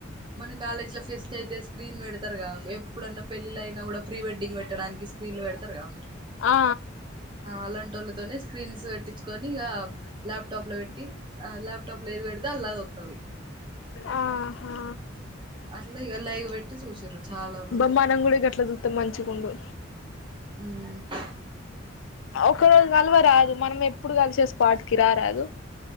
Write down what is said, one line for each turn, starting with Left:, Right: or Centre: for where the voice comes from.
Right: మన కాలేజ్ లో ఫెస్ట్ అయితే స్క్రీన్ పెడతారుగా ఎప్పుడన్నా పెళ్ళిళయినా గూడా ప్రీ వెడ్డింగ్ పెట్టడానికి స్క్రీన్ లో పెడతారు అ
Left: ఆ
Right: అలాంటోళ్ళు తోని స్క్రీన్స్ పెట్టించుకని ఇగా ల్యాప్టాప్ లో పెట్టి ల్యాప్టాప్ లో ఏది పె లదోత్తది
Left: ఆహా
Right: అట్లా ఇక లైవ్ పెట్టి చూసిర్రు చాలా మంది
Left: అబ్బ మనం గూడా గట్లజూతే మంచిగుండు
Right: ఉమ్
Left: ఒక రోజు గల్వరాదు మనం ఎప్పుడు గలిసే స్పాట్కి రారదు